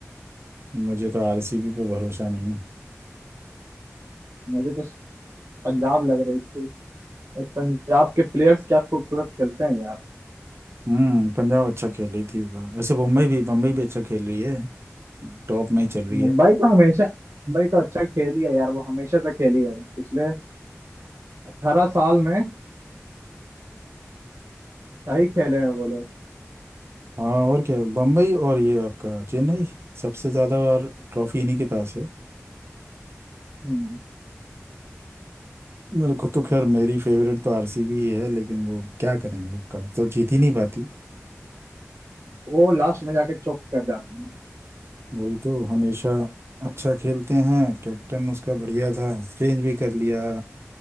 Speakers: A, on the right; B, on the right.
A: मुझे तो आरसीबी पे भरोसा नहीं है
B: मुझे तो पंजाब लग रही थी एक पंजाब के प्लेयर्स क्या खूबसूरत खेलते हैं यार
A: हम्म पंजाब अच्छा खेल रही थी इस बार वैसे मुंबई भी मुंबई भी अच्छा खेल रही है टॉप में ही चल रही
B: मुंबई
A: है
B: तो हमेशा मुंबई तो अच्छा खेली है यार वो हमेशा से खेली है पिछले अठारह साल में सही खेले हैं वो लोग
A: हाँ और क्या बम्बई और ये आपका चेन्नई सबसे ज़्यादा बार ट्रॉफी इन्हीं के पास है
B: हम्म,
A: मेरे को तो खैर मेरी फेवरेट तो आरसीबी ही है लेकिन वो क्या करें वो कब तो जीत ही नहीं पाती
B: वो लास्ट में जाके चौक कर जाते हैं
A: वही तो हमेशा अच्छा खेलते हैं कैप्टन उसका बढ़िया था चेंज भी कर लिया